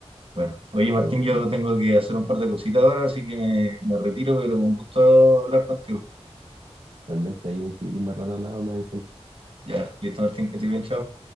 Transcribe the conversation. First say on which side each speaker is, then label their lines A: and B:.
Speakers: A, on the right (about 55°); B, on the right (about 80°).
A: Bueno, oye
B: Pero
A: Martín, yo
B: mm,
A: tengo que hacer un par de cositas ahora, así que me, me retiro, pero un gusto hablar contigo.
B: realmente ahí me seguiría más rato hablando, me avisáis.
A: Ya, listo Martín, que estoy bien, chao.